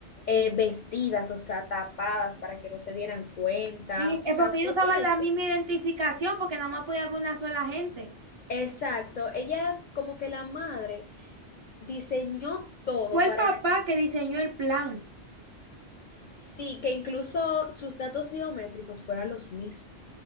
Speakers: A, on the left; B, on the right.
A: eh, vestidas, o sea, tapadas para que no se dieran cuenta.
B: Y es
A: O sea,
B: porque ellos
A: fue
B: usaban
A: pila de
B: la
A: show.
B: misma identificación, porque nada más podía haber una sola gente.
A: Exacto, ella es como que la madre diseñó todo
B: Fue el
A: para
B: papá
A: que
B: que diseñó el plan.
A: sí, que incluso sus datos biométricos fueran los mismos.